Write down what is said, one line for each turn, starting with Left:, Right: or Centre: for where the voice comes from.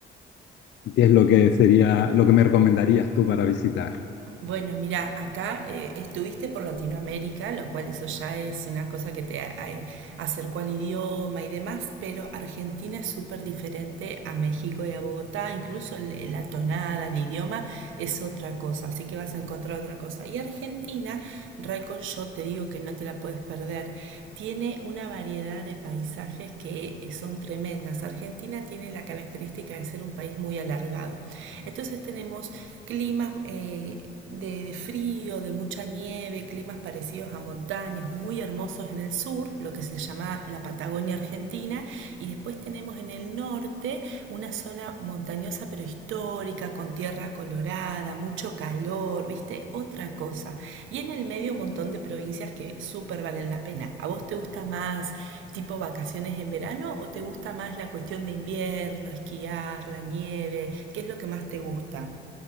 Left: qué es lo que sería, lo que me recomendarías tú para visitar.
Right: Bueno, mira, acá eh, estuviste por Latinoamérica, lo cual eso ya es una cosa que te a- a- acercó al idioma y demás, pero Argentina es súper diferente a México y a Bogotá, incluso el- la tonada, el idioma es otra cosa, así que vas a encontrar otra cosa. Y Argentina, Raico, yo te digo que no te la puedes perder, tiene una variedad de paisajes que eh, son tremendas. Argentina tiene la característica de ser un país muy alargado. Entonces tenemos climas eh, de, de frío, de mucha nieve, climas parecidos a montañas, muy hermosos en el sur, lo que se llama la Patagonia Argentina, y después tenemos en el norte una zona montañosa pero histórica, con tierra colorada, mucho calor, viste, otra cosa. Y en el medio un montón de provincias que súper valen la pena. ¿A vos te gusta más tipo vacaciones en verano o te gusta más la cuestión de invierno, esquiar, la nieve? ¿Qué es lo que más te gusta?